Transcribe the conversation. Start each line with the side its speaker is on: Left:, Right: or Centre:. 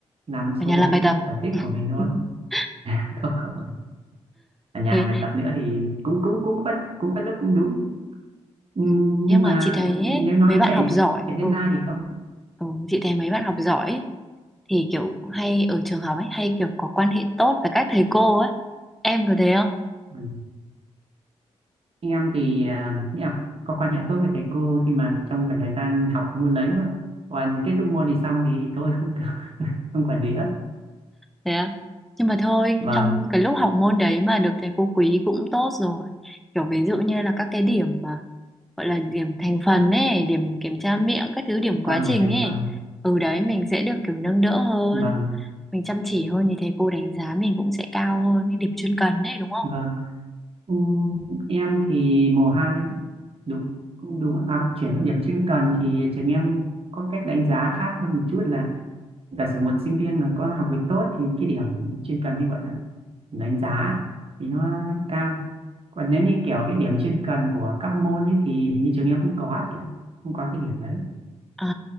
Right: làm
Centre: ở
Right: số
Centre: nhà làm bài
Right: cái
Centre: tập
Right: sở thích của mình thôi
Centre: <laughs>
Right: <laughs> không không ở nhà
Centre: thế
Right: làm bài tập nữa thì cũng cũng cũng có cũng có lúc cũng đúng Ừm,
Centre: ừm, nhưng
Right: nhưng
Centre: mà
Right: mà
Centre: chị thấy ấy,
Right: nếu nói
Centre: mấy bạn
Right: chạy
Centre: học giỏi
Right: chạy deadline
Centre: ừ,
Right: thì không
Centre: ừ chị thấy mấy bạn học giỏi ấy, thì kiểu hay ở trường học ấy hay kiểu có quan hệ tốt với các thầy cô ấy em có thế
Right: Ừ. anh em thì à, nghĩ là có quan hệ tốt với thầy cô khi mà trong khoảng thời gian học môn đấy mà còn kết thúc môn thì xong thì thôi không <laughs> không quản lý nữa
Centre: Thế à? Nhưng mà thôi,
Right: vâng
Centre: trong cái lúc học môn đấy mà được thầy cô quý cũng tốt rồi. Kiểu ví dụ như là các cái điểm mà gọi là điểm thành phần ấy, điểm kiểm tra miệng, các thứ điểm quá
Right: vâng
Centre: trình
Right: để thành
Centre: ấy.
Right: phần
Centre: Ừ đấy, mình sẽ được kiểu nâng đỡ hơn,
Right: vâng
Centre: mình chăm chỉ hơn thì thầy cô đánh giá mình cũng sẽ cao hơn, cái điểm chuyên cần ấy đúng không?
Right: vâng Ừm, em thì mùa hai đúng đúng à, chuyển điểm chuyên cần thì trường em có cách đánh giá khác hơn một chút là giả sử một sinh viên mà có học lực tốt thì cái điểm chuyên cần hay gọi là điểm đánh giá thì nó cao còn nếu như kiểu cái điểm chuyên cần của các môn ấy thì hình như trường em không có chị ạ không có cái điểm đấy
Centre: À,